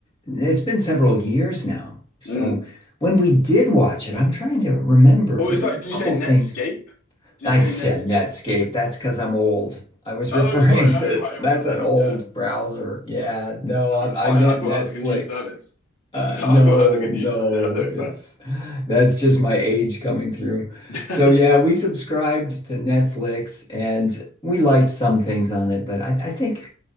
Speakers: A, on the left; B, on the left.
A: It's been several years now. So
B: there. Mm.
A: when we did watch it, I'm trying to remember.
B: Or
A: There
B: is
A: were
B: that?
A: a
B: Did you
A: couple
B: say Netscape?
A: things.
B: Did
A: I
B: you say
A: said
B: Netscape?
A: Netscape. That's because I'm old. I was
B: Oh,
A: <laughs> referring
B: sorry. Oh,
A: to
B: right, right,
A: that's
B: right.
A: an old
B: Yeah.
A: browser. Yeah, no,
B: Oh,
A: I,
B: fine.
A: I meant
B: I thought
A: Netflix.
B: that was like a new service. <laughs>
A: Uh,
B: I thought
A: no,
B: that was like a
A: no,
B: new service. Yeah, no,
A: it's
B: fair.
A: that's just my age coming through. So
B: <laughs>
A: yeah, we subscribed to Netflix and we liked some things on it, but I, I think